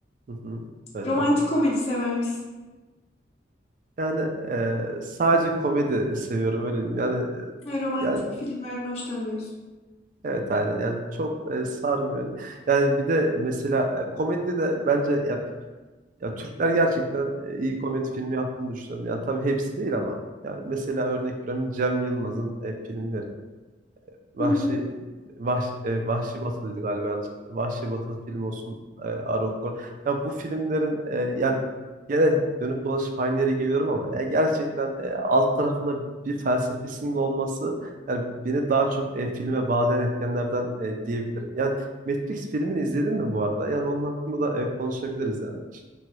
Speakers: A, on the right; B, on the left.
A: Hı hı. Evet
B: Romantik
A: anladım.
B: komedi sever misin?
A: Yani e, sadece komedi seviyorum öyle diyeyim. Yani
B: Ha, romantik
A: yani
B: filmlerden hoşlanmıyorsun.
A: evet aynen yani çok e, sarmıyor öyle. Yani bir de mesela e, komedide de bence yani ya Türkler gerçekten e, iyi komedi filmi yaptığını düşünüyorum. Yani tabii hepsi değil ama yani mesela örnek veriyorum Cem Yılmaz'ın e, filmleri. Vahşi
B: Hı hı.
A: Vahşi, e, Vahşi Batılıydı galiba yanlış hatırlamıyorum. Vahşi Batılı film olsun, e, Arogor. Ya bu filmlerin e, yani gene dönüp dolaşıp aynı yere geliyorum ama ya gerçekten e, alt tarafında bir felsefesinin olması yani beni daha çok e, filme bağlayan etkenlerden e, diyebilirim. Yani Matrix filmini izledin mi bu arada? Yani onun hakkında da e, konuşabiliriz yani. Hiç,